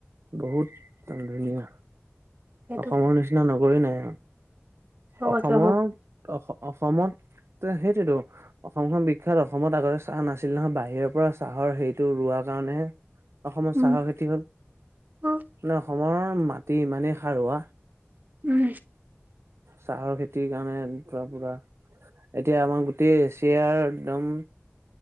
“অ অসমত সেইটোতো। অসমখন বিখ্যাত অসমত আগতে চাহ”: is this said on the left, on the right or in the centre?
Right